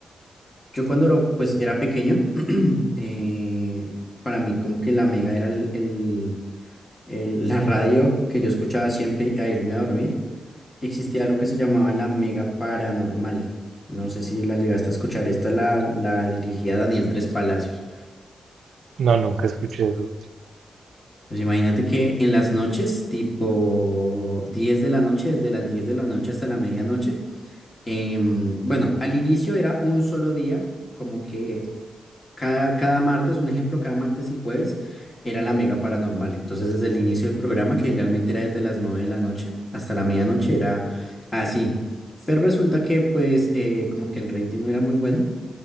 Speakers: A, on the left; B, on the right.
A: Yo cuando era, pues, era pequeño, <clears throat> eh, para mí como que la Mega era el, el- el- la radio que yo escuchaba siempre a irme a dormir. Existía algo que se llamaba la Mega Paranormal. No sé si la llegaste a escuchar. Esta la, la dirigía Daniel Tres Palacios.
B: No, nunca escuché eso.
A: Pues imagínate que en las noches, tipo 10 de la noche, desde las 10 de la noche hasta la medianoche, Em, bueno, al inicio era un solo día, como que cada, cada martes, un ejemplo, cada martes y jueves era la mega paranormal. Entonces, desde el inicio del programa, que generalmente era desde las 9 de la noche hasta la medianoche, era así. Pero resulta que, pues, eh, como que el rating no era muy bueno.